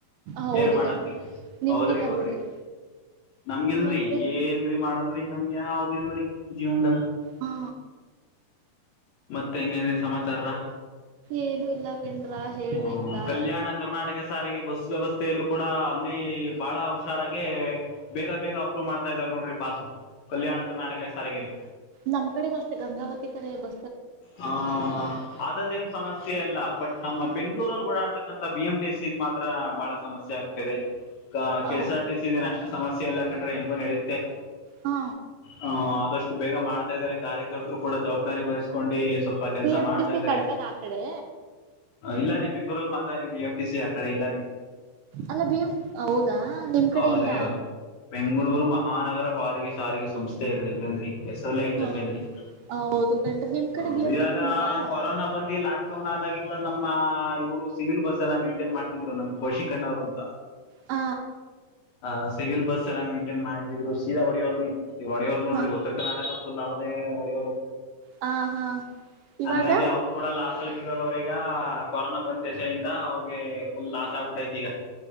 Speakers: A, on the right; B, on the left.
A: ಹೌದು
B: ಏನ್ ಮಾಡಂದ್ರಿ
A: ಕಣ್ ನಿಮ್ಗಿಲ್ಲ
B: ಹೌದ್ರಿ ಹೌದ್ರಿ.
A: ಬಿಡ್ರಿ
B: ನಮ್ಗಿಲ್ರಿ
A: ನೆನ್ಪೆ
B: ಏ ಏನ್ರಿ ಮಾಡಂಬ್ರಿ ನಮ್ಗೆಾವದು ಇಲ್ರಿ ಜೀವನ್ದಾಗ
A: ಹಾ
B: ಮತ್ತೆ ಏನ್ ಏನ್ ಸಮಾಚಾರಾ.
A: ಏನು ಇಲ್ಲಾ ಕಂಡ್ರ ಹೇಳ್ಬೇಕಾ
B: ಹ್ಮ್ ಕಲ್ಯಾಣ ಕರ್ನಾಟಕ ಸಾರಿಗೆ ಬಸ್ ವ್ಯವಸ್ಥೆಯಲ್ಲೂ ಕೂಡ ಅಲ್ಲಿ ಬಹಳ ಹುಷಾರಾಗೆ ಬೇಗ ಬೇಗ ಅಪ್ರೂವ್ ಮಾಡ್ತಾ ಇದಾರೆ ನೋಡ್ರಿ ಪಾಸು ಕಲ್ಯಾಣ ಕರ್ನಾಟಕ ಸಾರಿಗೆಲ್ಲಿ.
A: ನಮ್ಮ್ ಕಡೆ ಅಷ್ಟೆ ಗಂಗಾವತಿ ಕಡೆ ಇದೆ.
B: ಹ ಅದದೇನ್ ಸಮಸ್ಯೆ ಅಲ್ಲ ಬಟ್ ನಮ್ಮ ಬೆಂಗಳೂರಲ್ಲಿ ಓಡಾಡ್ತಕ್ಕಂತ ಬಿ ಎಂ ಟ ಸಿ ಮಾತ್ರ ಬಹಳ. ಸಮಸ್ಯೆ ಆಗ್ಬಿಟ್ಟಿದೆ ಕ
A: ಹೌ
B: ಕೆ ಎಸ್ ಆರ್ ಟಿ ಸಿ ಏನ್ ಅಷ್ಟು ಸಮಸ್ಯೆ ಇಲ್ಲಾ ಕಂಡ್ರಿ ಹೆಂಗು ನಡೆಯುತ್ತೆ.
A: ಹಾ
B: ಹ ಆದಷ್ಟು ಬೇಗ ಮಾಡ್ತಾ ಇದ್ದಾರೆ ಕಾರ್ಯಕರ್ತರು ಕೂಡ ಜವಾಬ್ದಾರಿ ವಹಿಸಕೊಂಡಿ ಸ್ವಲ್ಪ. ಕೆಲಸ
A: ಬಿ ಎಂ
B: ಮಾಡ್ತಾ
A: ಟಿ ಸಿ
B: ಇದ್ದಾರೆ
A: ಕಡಿಮೆನಾ ಆಕಡೆ.
B: ಇಲ್ಲ ರೀ ಬೆಂಗಳೂರಲ್ಲಿ ಮಾತ್ರಾರಿ ಬಿ ಎಂ ಟ ಸಿ ಆ ಕಡೆ ಇಲ್ಲ ರೀ.
A: ಅಲ್ಲ ಬಿ ಎಮ ಹೌದಾ ನಿಮ್ ಕಡೆ
B: ಹೌದ್ರಿ
A: ಇಲ್ಲ.
B: ಹೌದ್ರಿ ಬೆಂಗಳೂರು ಮಹಾನಗರ ಪಾಲಿಕೆ ಸಾರಿಗೆ ಸಂಸ್ಥೆ <unintelligible> ಅಲ್ವೇಂದ್ರಿ ಹೆಸರಲ್ಲೇ ಐತ್
A: ಹ
B: ಅಲ್ವೇಂದ್ರಿ.
A: ಹೌದು ಕಣ್ರಿ ನಿಮ್.
B: ಹ
A: ಕಡೆ ಬಿ ಎಂ
B: ಇವಾಗ
A: ಟಿ ಸಿ ಇಲ್ವಾ
B: ಕೊರೋನಾ ಬಂದಿ ಲಾಕ್. ಡೌನ್ ಆದಾಗಿಂದ ನಮ್ಮ ಇವ್ರು ಸಿವಿಲ್ ಬಸ್ ಎಲ್ಲ ಮೈಂಟೈನ್ ಮಾಡ್ತಿದ್ರು ನಮ್ ಕೌಶಿಕ ಅಣ್ಣವ್ರು ಅಂತ.
A: ಹ
B: ಹ ಸಿವಿಲ್ ಬಸ್ ಎಲ್ಲ ಮೇಂಟೈನ್ ಮಾಡಿದ್ರು ಸೀದಾ ಹೊಡೆಯೋರ್ ನೀ ಈ ಹೊಡೆಯೋರು ನೋಡ್ರಿ
A: ಹ
B: ಉತ್ತರ ಕರ್ನಾಟಕ ಫುಲ್ ಅವರದೇ ಹೋಡೆಯವ್ರು.
A: ಹಾ ಹಾ ಇವಾಗ
B: ಹಂಗಾಗಿ ಅವ್ರು. ಕೂಡ ಲಾಸಲ್ಲಿ ಬಿದ್ದಿಗೋವ್ರೆ ಈಗ ಕೊರೋನಾ ಬಂದ ದೇಸೆಯಿಂದ ಅವ್ರಿಗೆ ಫುಲ್ ಲಾಸ್ ಆಗ್ಬಿಟ್ಟೈತಿಗ.